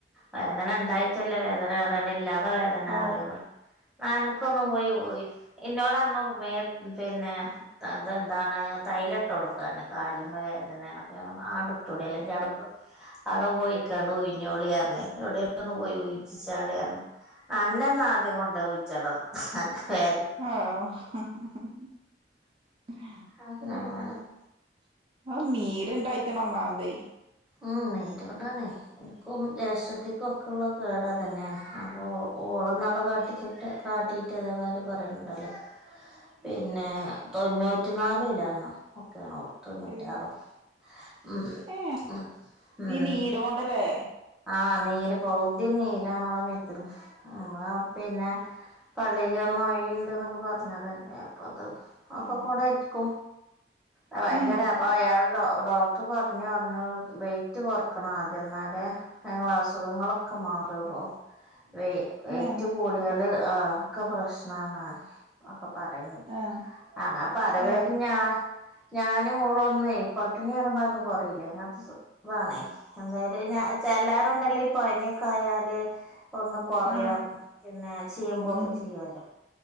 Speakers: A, in the centre; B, on the right (about 30°).
A: വേദനണ്ടായിറ്റല്ലെ വേദനാറിണേ ല്ലാ വ്ട വേദനാറിയുമ്പ
B: ഓ
A: ന്നാ അൻക്കൊന്ന് പോയി ഉയി ഇന്നോടർഞ്ഞു വേ പിന്നാ തതെന്താണ് തൈലട്ടൊട്ക്കാന് കാലിമ്മേ വേദനേണ് അപ്പൊ ഞാം പർഞ്ഞു ആടു തൊടെല്ലെങ്കി ഔടെപോയ്‌ ഔടെ പോയിക്കാണ്ട് ഉയ്ഞ്ഞോളി അർഞ്ഞ് എവ്ടെ ഒന്ന് പോയി ഉയ്ചിച്ചാളി അർഞ്ഞു അന്നെന്നാദ്യം കൊണ്ടൊയ് ഉഴ്ച്ചെണം അന്റെ വേ
B: ആഹ്
A: അങ്ങനെ
B: ഔ നീര് ണ്ടായിട്ടാണ് ഒന്നാമതേ
A: ഉം നീരോണ്ടാണ് ഇൻക്കും ജേഷ്ടത്തിക്കും ഒക്കെള്ള കേടതെന്നെണ് അപ്പോ ഓള്ന്നാള് കാട്ടിച്ചിട്ട് കാട്ടീട്ടതേമാരി പറെണ് ണ്ടോ ലെ പിന്നെ തൊണ്ണൂറ്റി നാല്കിലോന ഒക്കേണ് ഓള് തൊണ്ണൂറ്റാറോ
B: ഏ
A: ഉം
B: ഏ
A: ഉം ഊം
B: ഈ നീരോണ്ടല്ലേ
A: ആഹ് നീര് പൗതി നീരണോള മെത്ത്ന് ന്നാ പിന്നെ പള്ളേല് മൊയണ്ട്ന്നൊക്കെ പറ്ഞ്ഞതല്ലേ അപ്പത്
B: ആ
A: ഒക്കെ കൂടെര്ക്കും അഅ് ഭയങ്കര
B: ഏ
A: അപ്പയാള് ഡോ ഡോക്ടർ പറഞ്ഞുർഞ്ഞു വെയിറ്റ് കൊറക്കണാ എന്നാലേ ങ്ങളേ അസുഖങ്ങളൊക്കെ മാറുള്ളൂ വൈ വെയ്റ്റ്
B: ഏ
A: കൂട് ട്യാല് ആ ഒക്കെ പ്രശ്നാണ് അഒക്കെ പറിന്ന്ണ്ട്
B: ആ
A: അങ്ങപ്പ റീമ്പഴേക്കും
B: ഏ
A: ഞാ ഞാനും ഓളൊന്നെ പട്ടിണി കെടന്നാലും കൊറീലാ എങ്ങൻത്തെ സ്വ താണേ എന്തായാലു ഞാ ചേല്ലാരു ണ്ടല്ലോ ഈ പനിയൊക്കായാല് ഒന്ന് കൊറയാ
B: ആ
A: പിന്നെ ചെയ്യുമ്പോ
B: ഉം
A: ഒക്കെ ചെയ്യാലോ